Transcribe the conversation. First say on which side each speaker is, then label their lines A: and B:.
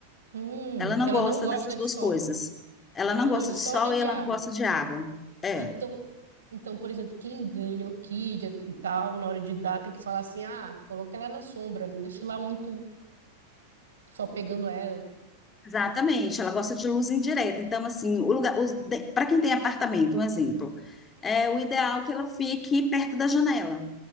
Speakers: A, on the right; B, on the left.
A: Hum,
B: Ela não
A: ela
B: gosta
A: não gosta
B: dessas
A: de
B: duas
A: sol.
B: coisas. Ela não
A: Não
B: gosta
A: gosta de
B: de
A: sol
B: sol
A: nem
B: e
A: de
B: ela
A: água.
B: não gosta de água. É,
A: Então, então, por exemplo, quem ganha o Kid e tal, na hora de dar, tem que falar assim: ah, coloca ela na sombra, não deixe lá muito só pegando ela.
B: exatamente. Ela gosta de luz indireta. Então, assim, o lugar, para quem tem apartamento, um exemplo, é o ideal que ela fique perto da janela.